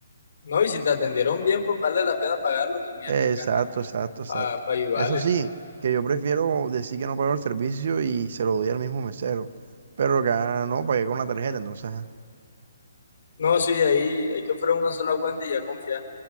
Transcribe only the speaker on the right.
Exacto,
exacto, exacto.
Eso sí, que yo prefiero decir que no pago el servicio y se lo doy al mismo mesero. Pero acá no, pagué con la tarjeta, entonces, ajá.